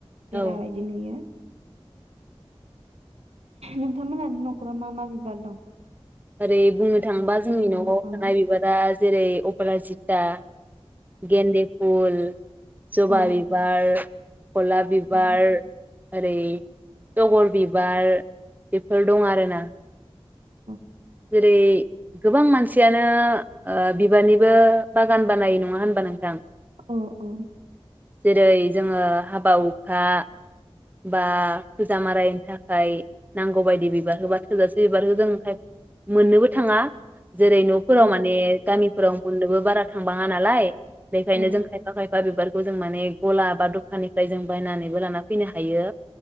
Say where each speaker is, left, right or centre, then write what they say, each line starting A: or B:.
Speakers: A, on the right; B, on the right.
A: बेरा
B: औ
A: बायदि नुयो। नोंथांमोनानि न'खराव मा मा बिबार दं?
B: ओरै बुंनो थाङोबा जोंनि
A: ओरैनो
B: न'आव
A: औ
B: थानाय बिबारा जेरै अपराजिता गेन्दे फुल ज'बा
A: औ
B: बिबार गलाप बिबार
A: औ
B: ओरै तगर बिबार बेफोर दं आरोना।
A: अह।
B: जेरै गोबां मानसियानो ओ बिबारनिबो बागान बानायो नङा होनबा नोंथां?
A: अह औ।
B: जेरै जोङो हाबा हुखा बा फुजा मारायनि थाखाय नांगौ बायदि बिबारखौ बा थोजासे बिबारखौ जों मोननोबो थाङा जेरै न'फोराव
A: औ औ
B: माने गामिफोराव मोननोबो बारा थांबाङा नालाय बेखायनो
A: औ
B: जों खायफा खाय फा बिबारखौ जों माने गलाब बा दखाननिफ्राय जों बायनानैबो लाना फैनो हा हायो